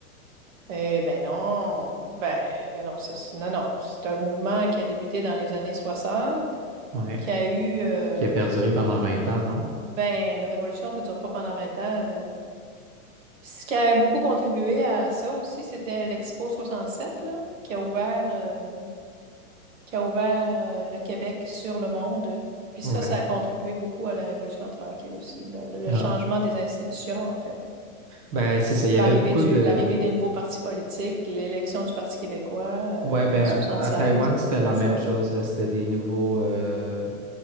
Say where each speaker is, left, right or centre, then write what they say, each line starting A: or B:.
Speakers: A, on the right (about 60°); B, on the right (about 25°).
A: Eh ben non. Ben, ben non, ça, c'est- non, non. C'est un mouvement qui a débuté dans les années 60,
B: Ouais.
A: qui a eu... euh,
B: Qui a perduré pendant 20 ans, non?
A: Ben, une révolution, ça dure pas pendant 20 ans, là. Ce qui a beaucoup contribué à ça aussi, c'était l'Expo soixante sept là, qui a ouvert, euh, qui a ouvert euh, le Québec sur le monde. Puis
B: Ouais.
A: ça, ça a contribué beaucoup à la Révolution tranquille aussi, là, le, le
B: Ah.
A: changement des institutions, en fait.
B: Ben, c'est ça. Il y avait
A: L'arrivée
B: beaucoup
A: du,
B: de,
A: l'arrivée des nouveaux partis politiques, puis l'élection du Parti québécois euh,
B: Ouais, ben
A: en 76,
B: à à Taïwan,
A: euh,
B: c'était la
A: tout
B: même
A: ça, là.
B: chose, là. C'était des nouveaux euh,